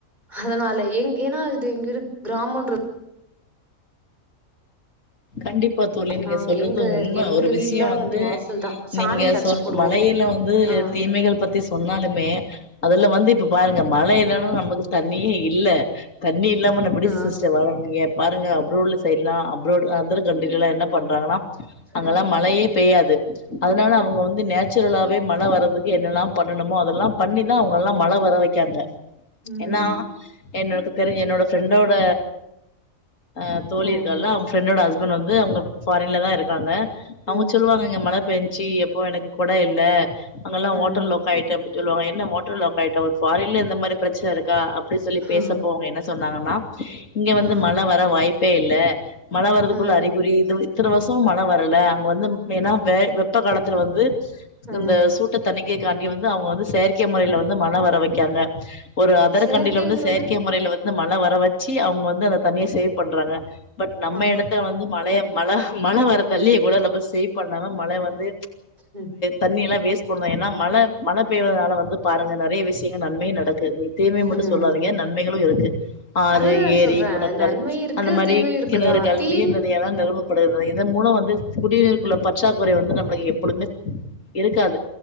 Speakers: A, on the right; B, on the left.
A: அதனால எங் ஏனா இது எங்க கிராமன்ற
B: கண்டிப்பா தோழி நீங்க
A: நாங்க
B: சொல்றது
A: எங்க
B: உண்ம
A: எங்க
B: ஒரு விஷயோ
A: வீட்ல
B: வந்து
A: வாசல் தா சாணி
B: நீங்க
A: கரச்சு
B: சொல்
A: போடுவோ
B: மழையில வந்து
A: ஆ
B: தீமைகள் பத்தி சொன்னாலுமே அதுல வந்து இப்ப பாருங்க மழ இல்லனா நமக்கு தண்ணியே இல்ல தா தண்ணி இல்லாமல் எப்டி
A: ஆ
B: சிஸ்டர் வாழ முடியு பாருங்க ரோட்ல சைட்லா அப்ரோடு <unintelligible> என்ன பண்றாங்கனா அங்கெல்லா
A: ம்
B: மழையே பெய்யாது <inaudible> அதனால அவங்க வந்து நேச்சுரலாவே மழ வரதுக்கு என்னெல்லா பண்ணணுமோ அதெல்லா பண்ணிதா அவங்கலா மழ வர வைக்காங்க
A: ம்
B: என்னா என்னக்கு தெரி என்னோட ஃப்ரெண்டோட ஆ தோழி
A: ம்
B: இருக்கால அவங்க ஃபிரண்டோட ஹஸ் பண்ட் வந்து அவங்க ஃபாரின்ல தா இருக்காங்க அவங்க
A: ம்
B: சொல்லுவாங்க இங்க மழ பேஞ்சி எப்போ எனக்கு கொட இல்ல அங்கெல்லா
A: ம்
B: ஹோட்டெல்ல கையிட்டு சொல்லுவாங்க என்ன மோட்டர்ல லோக்காய்டோ ஒரு ஃபாரின்லே இந்த மாரி பிரச்சன இருக்கா அப் அப்டி சொல்லி பேசப்போங்க
A: ஆ
B: என்ன சொன் லாங்கண்ணா இங்க வந்து
A: ஆ
B: மழ வர வாய்ப் பே இல்ல மழ
A: ஆ
B: குல அறிகுறி எதுவு இத்தன வருசமு மழ வரல அங்க வந்து மெயினா வெ வெப்ப காலத்துல வந் து
A: ஆ
B: இந்த சூட்ட தணிக் ஏ காந்தி வந்து அவங்க வந்து செயற்கை முறைல வந்து மழ வர வைக்காங்க ஒரு அதர்
A: செயற்கை
B: கண்டில வந்து
A: முறைனா
B: செயற்கை முறையில வந் ந்து மழ வர வச்சி அவுங்க வந்து அந்த தண்ணிய சேவ் பண்றாங்க பட் நம்ப
A: ஆ
B: எடத் வந்து மலய மலா மல வரத்தல்லி கூடல பஸ் ஏரி கொஞ்நேரோ மல வந்து
A: ம்
B: தண்ணி எல்லா வேஸ்ட் பன்றோ ஏனா மழ மழ பெய்றதுனால வந்து பாருங்க நெறைய விஷயங்கள் நன்மையா நடக் நீங்க தீமை மட்டு
A: ம்
B: சொல்லாதீங்க நன்மைகளு இருக்கு ஆறு
A: அததா
B: ஏரி
A: சொல்றே
B: குளங்கள்
A: நன்மையு இருக்கு
B: அந்த மாரி
A: தீமையு இருக்குதா
B: கிணறுகள்
A: தீம
B: நீர் நிலயலா நெரம்பு பிறது இதன் மூலம் வந்து குடி நீருக்குள்ள
A: ம்
B: பற்றாக் குறை வந்து நம்ளுக்கு எப்பொழுமே இருக்காது